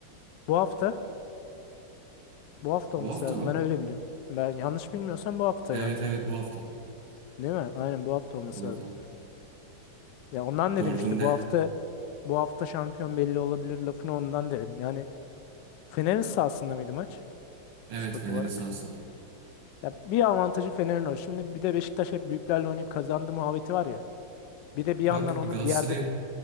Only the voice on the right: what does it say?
Bu
hafta
mı?
Evet
evet bu hafta.
Bu
hafta.
Dördünde.
Evet
Fener'in
sahasında.
Bak
Galatasaray